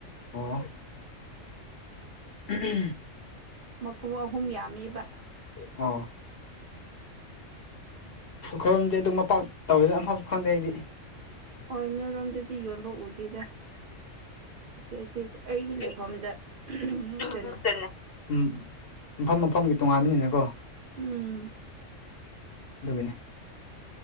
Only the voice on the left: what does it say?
ꯑ ꯎꯝ
ꯑ ꯈꯨꯔꯣꯝꯗꯤꯦ ꯑꯗꯨꯝ ꯃꯄꯥꯛ ꯇꯧꯔꯁꯨꯅ ꯑꯝꯐꯥꯎꯁꯨ ꯈꯪꯗꯦ ꯍꯥꯏꯗꯤ
ꯑꯩꯗ
ꯉꯛꯇꯅꯦ ꯎꯝ ꯃꯐꯝ ꯃꯐꯝꯒꯤ ꯇꯣꯉꯥꯟꯕꯥꯟꯕꯅꯤꯅꯀꯣ
ꯗꯨꯒꯤꯅꯦ